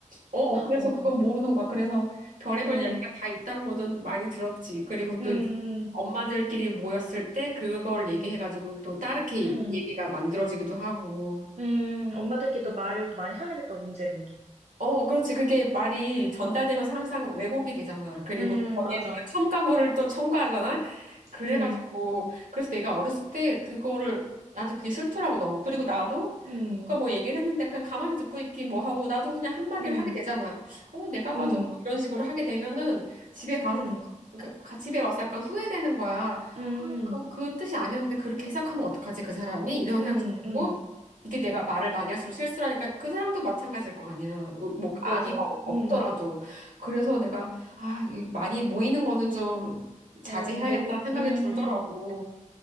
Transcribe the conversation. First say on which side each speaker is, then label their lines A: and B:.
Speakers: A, on the right; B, on the right.
A: 어 그래서
B: 어,
A: 그건 모르는 거야 그래서 별의별
B: 어,
A: 얘기가 다 있다고는 많이 들었지 그리고 또
B: 음,
A: 이제 엄마들끼리 모였을 때 그걸 얘기해가지고 또 다르게
B: 음,
A: 얘기가 만들어지기도 하고
B: 음. 엄마들끼리도 말을 또 많이 하는 게 또 문제구나.
A: 어, 그렇지. 그게 말이 전달되면서 항상 왜곡이 되잖아. 그리고
B: 음,
A: 또 거기에
B: 맞아.
A: 내가 첨가물을 또 첨가하잖아. 그래가지고,
B: 음,
A: 그래서 내가 어렸을 때 그거를, 나도 그게 싫더라고, 너무. 그리고 나도
B: 음,
A: 누가 뭐 얘기를 했는데 그냥 가만히 듣고 있기 뭐 하고, 나도 그냥 한마디를
B: 음,
A: 하게 되잖아. 어, 내가 봐도
B: 음,
A: 뭐 이런 식으로 하게 되면은 집에 가서,
B: 음,
A: 그, 가- 집에 와서 약간 후회되는 거야.
B: 음,
A: 아, 그, 그 뜻이 아니었는데 그렇게 해석하면 어떡하지, 그 사람이? 이런
B: 음,
A: 생각도 들고.
B: 음.
A: 이게 내가 말을 많이 할수록 실수를 하니까 그 사람도 마찬가지일 거 아니야. 으, 뭐 악의가
B: 맞아.
A: 없- 없더라도.
B: 음,
A: 그래서 내가 아, 이 많이 모이는 거는 좀 자제해야겠다
B: 어, 너무,
A: 생각이
B: 음.
A: 들더라고.